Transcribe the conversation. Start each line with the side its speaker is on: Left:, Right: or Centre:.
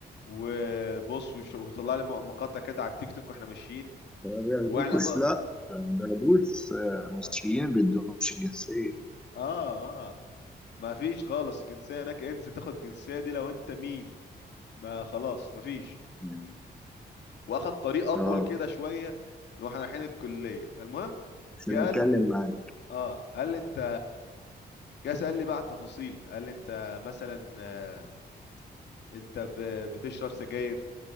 Left: وبص وش- وطلع لي مقاطع كده على التيك توك واحنا ماشيين
Centre: ما بياخدوش
Left: واحنا
Centre: لا ما بياخدوش آه، مصريين
Left: اه
Centre: ما بيدوهمش الجنسيه
Left: اه ما فيش خالص الجنسيه هناك انسى تاخد الجنسيه دي لو انت مين ما خلاص ما فيش
Centre: مم.
Left: واخد طريق اطول
Centre: اه
Left: كده شويه واحنا رايحين الكليه فالمهم
Centre: عشان
Left: جه
Centre: يتكلم
Left: قال
Centre: معاك
Left: اه قال لي انت جه سأل لي بقى على التفاصيل قال لي انت مثلا آه، انت ب- بتشرب سجاير